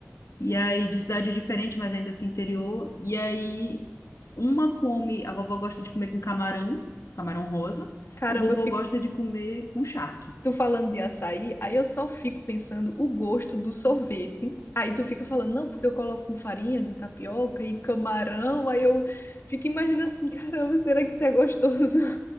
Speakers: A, on the left; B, on the left.
A: e aí de cidade diferente, mas ainda assim interior, e aí uma come, a vovó gosta de comer com camarão, camarão rosa,
B: caramba,
A: o vovô
B: eu fico.
A: gosta de comer com charque.
B: Tu falando de açaí, aí eu só fico pensando o gosto do sorvete. Aí tu fica falando, não, porque eu coloco com farinha de tapioca e camarão. Aí eu fico imaginando assim, caramba, será que isso é gostoso?